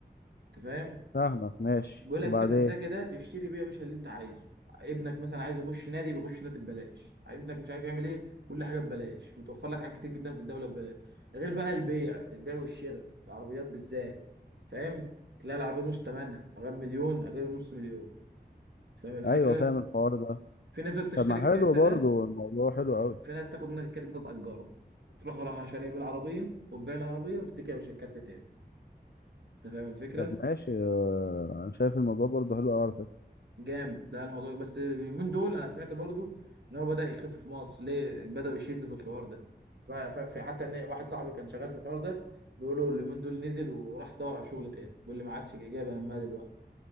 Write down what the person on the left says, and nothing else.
فاهمك ماشي
وبعدين
ايوه فاهم الحوار ده
طب ما
حلو برضه
الموضوع حلو قوي
طب ماشي آه، انا شايف الموضوع برضه حلو قوي